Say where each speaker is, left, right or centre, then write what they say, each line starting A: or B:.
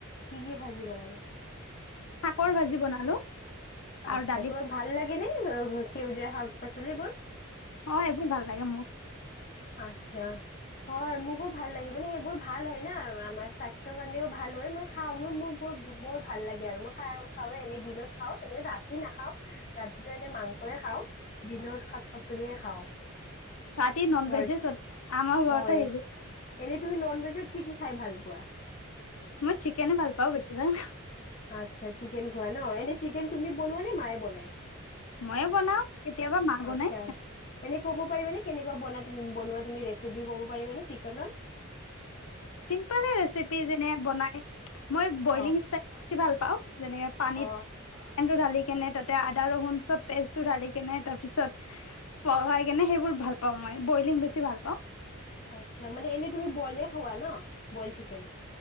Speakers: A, on the left; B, on the left.
A: কি কি ভাজি বনালা <unintelligible>
B: শাকৰ ভাজি বনালো
A: আচ্ছা
B: আৰু দালি
A: তোমাৰ ভাল লাগে নে? অ সেউজীয়া শাক পাচলিবোৰ
B: অ এইবোৰ ভাল লাগে মোৰ
A: আত্ছা হয় মোৰ ভাল লাগে মানে সেইবোৰ ভাল হয় না আৰু আমাৰ স্বাস্থ্যৰ কাৰণেও ভাল হয় মই খাওঁ ম মোৰ ব বৰ ভাল লাগে আৰু মই খ খাওে এনে দিনত খাওঁ এনে ৰাতি নাখাওঁ ৰাতিটো এনে মাংস য়ে খাওঁ দিনত পাচলিয়ে খাওঁ
B: ৰাতি নন
A: হয়
B: ভেজে চলে আমাৰ ঘৰতো
A: হয়
B: সেইবোৰ
A: এনেই তুমি নন ভেজত কি কি খাই ভাল পোৱা?
B: মই চিকেনে ভাল পাওঁ বেছি ভাল।
A: আচ্ছা চিকেন খোৱা ন এনে চিকেন তুমি বনোৱা নে মায়ে বনাই
B: ময়ে বনাও কেতিয়াবা মা বনাই
A: আচ্ছা এনে ক'ব পাৰিবানে কেনেকুৱা বন বনোৱা তুমি ৰেচিপি কব পাৰিবা নে চিকেনৰ
B: চিম্পলে ৰেচিপি যেনে বনাই মই বইলিং
A: অ
B: ইষ্ট ভাল পাওঁ যেনেকে পানীত
A: অ
B: ঢালি কিন তাতে আদা নহৰু চব পেষ্টটো ধালিকিনে তাৰপিছত পঘাই কিনে মই বৈলিং বেছি ভাল পাও।
A: আচ্ছা মানে এনে তুমি বইলে খোৱা ন বইল চিকেন